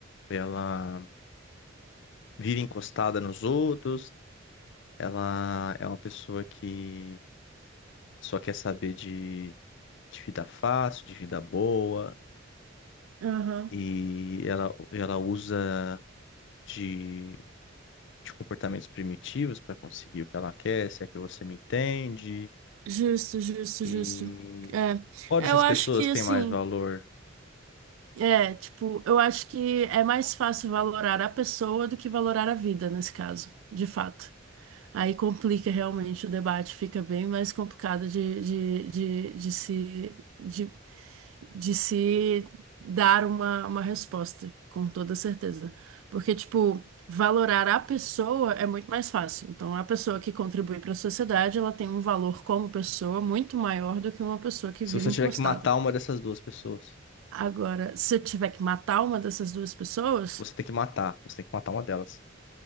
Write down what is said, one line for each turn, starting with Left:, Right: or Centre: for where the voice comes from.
Left: ela vive encostada nos outros, ela é uma pessoa que só quer saber de, de vida fácil, de vida boa,
Right: Aham.
Left: e ela, ela usa de, de comportamentos primitivos para conseguir o que ela quer, se é que você me entende.
Right: Justo, justo,
Left: E
Right: justo. É,
Left: qual dessas
Right: eu acho
Left: pessoas
Right: que
Left: tem
Right: assim,
Left: mais valor?
Right: é, tipo, eu acho que é mais fácil valorar a pessoa do que valorar a vida nesse caso, de fato. Aí complica realmente o debate, fica bem mais complicado de, de, de, de se, de, de se dar uma, uma resposta, com toda certeza. Porque, tipo, valorar a pessoa é muito mais fácil. Então, a pessoa que contribui para a sociedade, ela tem um valor como pessoa muito maior do que uma pessoa que
Left: Se
Right: vive
Left: você
Right: encostada.
Left: tiver que matar uma dessas duas pessoas,
Right: Agora, se eu tiver que matar uma dessas duas pessoas.
Left: você tem que matar, você tem que matar uma delas.